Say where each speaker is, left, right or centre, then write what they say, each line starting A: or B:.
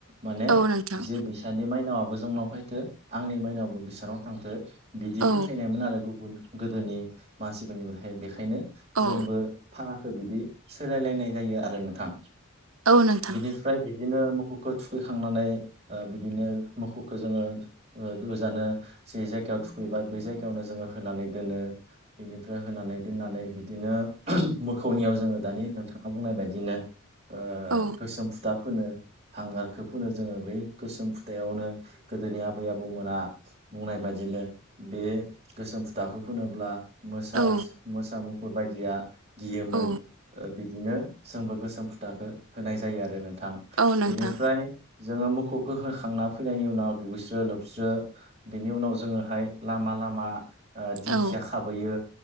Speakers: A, on the right; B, on the right.
A: माने
B: औ नोंथां
A: जे बिसोरनि माइनावाबो जोंनाव फैथो आंनि माइनावाबो बिसोरनाव थांथो बिदि
B: औ
A: फोथायनायमोन आरो गुबुन गोदोनि मानसिफोरनिफ्रायहाय बेखायनो जोंबो
B: औ
A: फागाखो बिदि सोलायलायनाय जायो आरो नोंथां
B: औ नोंथां
A: बिनि फ्राय बिदिनो मोखौखौ थुखैखांनानै बिदिनो मोखौखौ जोङो ओ ओजानो जि जायगायाव थुखैबाय बे जायगायावनो जोङो होनानै दोनो बिनिफ्राय होनानै दोननानै बि दिनो मोखौनियाव जोङो दानि नोंथाङा बुंनाय बायदिनो ओ
B: औ
A: गोसोम फुथा फोनो हांगारखो फोनो जोङो बे गोसोम फुथायावनो गोदोनि आबै आबौमोना बुंनाय बाददिनो बे गोसोम फुथाखौ फोनोब्ला मोसास
B: औ
A: मोसा मुफुर बायदिया गियोमोन।
B: औ
A: ओ बिदिनो जोंबो गोसोम फुथाखो होनाय जायो आरो नोंथां
B: औ नोंथां
A: बिनिफ्राय जोङो मोखौखो होखांना फैनायनि उनाव दुगैस्रो लोबस्रो बिनि उनाव जोङोहाय लामा लामा ओ दिंखिया
B: औ
A: खाबोयो